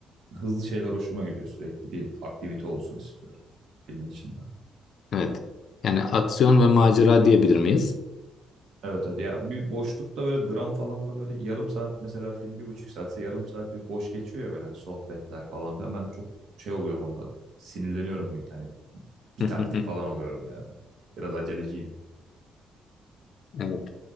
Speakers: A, on the right; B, on the left.
A: hızlı şeyler hoşuma gidiyor. Sürekli bir aktivite olsun istiyorum filmin içinde.
B: Evet. Yani aksiyon ve macera diyebilir miyiz?
A: Evet evet ya bir boşlukta böyle dram falan da böyle yarım saat mesela film bir buçuk saatse yarım saat bir boş geçiyor ya böyle hani sohbetler falan filan ben çok şey oluyorum onunla sinirleniyorum hani bit
B: <laughs>
A: artık falan oluyorum yani. Biraz aceleciyim.
B: Evet.